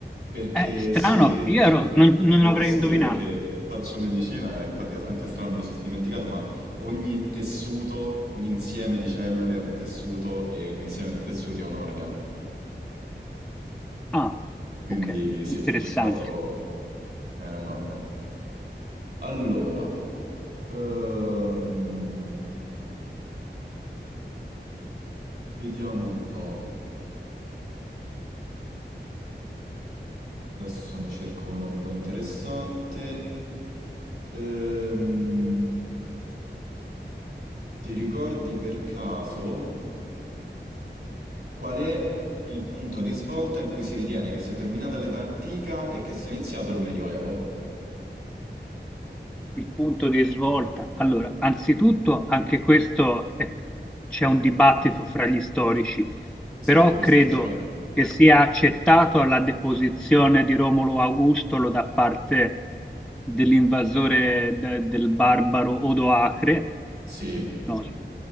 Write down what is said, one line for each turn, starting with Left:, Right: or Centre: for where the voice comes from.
Right: Perché
Centre: È strano,
Right: sì, <laughs> te
Centre: io ero- non, non
Right: lo
Centre: l'avrei
Right: posso
Centre: indovinato.
Right: dire perché faccio medicina, e infatti è anche strano me lo sono dimenticato, ma ogni tessuto, ogni insieme di cellule è un tessuto e ogni insieme di tessuti è un organo.
Centre: Ah,
Right: Quindi
Centre: ok,
Right: sì,
Centre: interessante.
Right: purtroppo è un organo. Allora, ehm, vediamo un po'. Adesso ne cerco una un po' interessante. Ehm, ti ricordi per caso? Qual è il punto di svolta in cui si ritiene che sia terminata l'età antica e che sia iniziato il Medioevo?
Centre: Il punto di svolta. Allora, anzitutto anche questo è- c'è un dibattito fra gli storici,
Right: Sì,
Centre: però
Right: questo
Centre: credo
Right: è vero.
Centre: che sia accettato la deposizione di Romolo Augustolo da parte dell'invasore de- del barbaro Odoacre,
Right: Sì,
Centre: no,